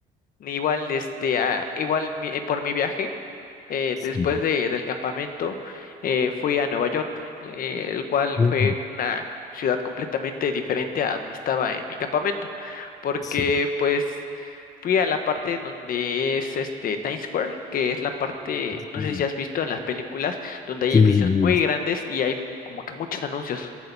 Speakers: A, on the left (about 55°); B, on the left (about 20°).
A: Igual, este, ah, igual mi- eh, por mi viaje. Eh,
B: sí.
A: después de, del campamento eh, fui a Nueva York, eh, el cual
B: Uy,
A: fue una ciudad completamente diferente a donde estaba en mi campamento, porque
B: sí.
A: pues fui a la parte en donde es este Times Square, que es la parte, no
B: Sí,
A: sé si has visto en las películas, donde hay
B: sí,
A: edificios
B: sí, lo he
A: muy
B: visto.
A: grandes y hay m- como que muchos anuncios,